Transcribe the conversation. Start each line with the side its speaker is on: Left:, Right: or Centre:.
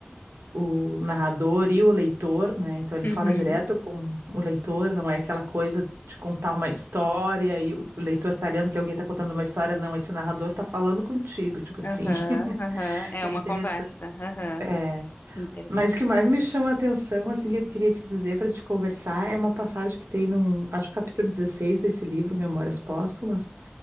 Right: o narrador e o leitor, né? Então ele
Left: Uhum,
Right: fala direto com o leitor, não é aquela coisa de contar uma história e o leitor tá lendo que alguém tá contando uma história, não, esse narrador tá falando contigo, tipo assim.
Left: aham,
Right: <laughs>
Left: aham, é
Right: É
Left: uma
Right: interessante.
Left: conversa, aham,
Right: É.
Left: interessante.
Right: Mas o que mais me chama a atenção, assim, que eu queria te dizer para te conversar, é uma passagem que tem num, acho que capítulo 16 desse livro, Memórias Póstumas,